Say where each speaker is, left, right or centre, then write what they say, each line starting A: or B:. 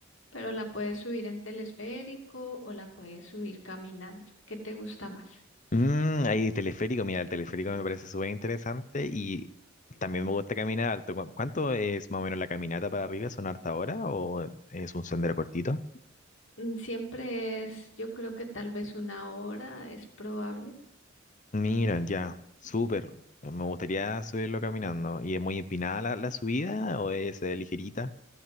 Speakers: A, on the left; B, on the left.
A: pero la puedes subir en telesférico o la puedes subir caminando. ¿Qué te gusta más?
B: Mm, ahí teleférico, mira, el teleférico me parece súper interesante y también me gusta caminar. harto. ¿Cu- ¿Cuánto es más o menos la caminata para arriba? ¿Son harta hora o es un sendero cortito?
A: Mm, Siempre es, yo creo que tal vez una hora es probable.
B: Mira, ya, súper. Me gustaría subirlo caminando. ¿Y es muy empinada la, la subida o es eh, ligerita?